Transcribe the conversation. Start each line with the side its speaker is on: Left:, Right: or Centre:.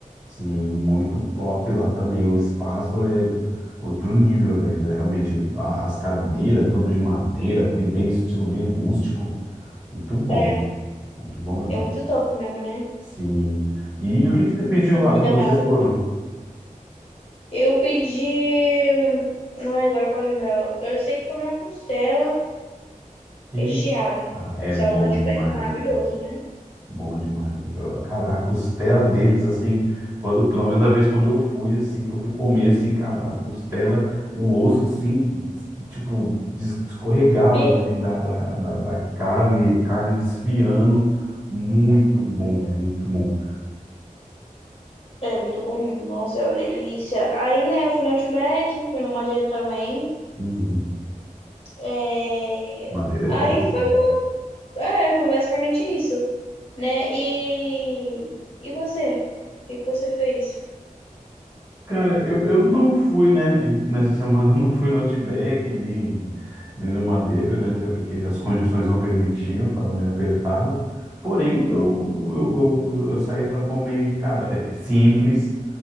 Right: Sim, muito top lá também. O espaço é outro nível, velho. Realmente, a- as cadeiras, tudo de madeira, que bem estilo bem rústico. Muito bom,
Left: É,
Right: muito bom mesmo.
Left: é muito top mesmo, né?
Right: Sim. E o que que você pediu
Left: Comida
Right: lá quando vocês
Left: maravilhosa.
Right: foram?
Left: Eu pedi. Ai, agora pra lembrar. Eu sei que foi uma costela
Right: E
Left: recheada.
Right: ah, é
Left: Costela
Right: bom
Left: do Outback
Right: demais,
Left: é maravilhoso,
Right: viu?
Left: né?
Right: bom demais. Eu- Cara, a costela deles assim, quando pelo menos da vez quando eu fui assim, que eu fui comer assim, cara, a costela, o osso assim, tipo, des- escorregava
Left: Bia?
Right: assim da, da, da, da carne, carne desfiando. Muito bom, é muito bom.
Left: É muito bom mesmo. Nossa, é uma delícia. Aí, né, eu fui no Outback, fui no Madeiro também.
Right: Uhum.
Left: É...
Right: Madeira é
Left: Aí
Right: top.
Left: foi.
Right: né?
Left: É, foi basicamente isso. Né? E. E você? O que que você fez?
Right: Cara, eu, eu não fui, né? Nessa semana eu não fui no Outback, nem, nem no Madeira, né? Até porque as condições não permitiam, tava meio apertado. Porém, eu, eu, eu, eu saí para comer, cara, é é simples,